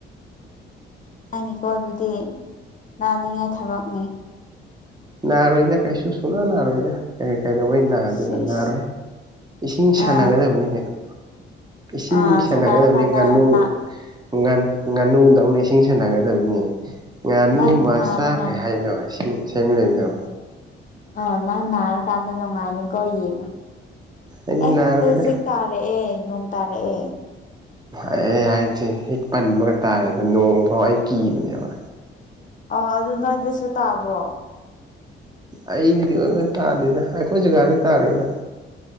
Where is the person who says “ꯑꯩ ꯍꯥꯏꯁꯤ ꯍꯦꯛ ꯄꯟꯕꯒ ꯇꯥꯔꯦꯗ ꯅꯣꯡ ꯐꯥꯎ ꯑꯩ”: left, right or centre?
Right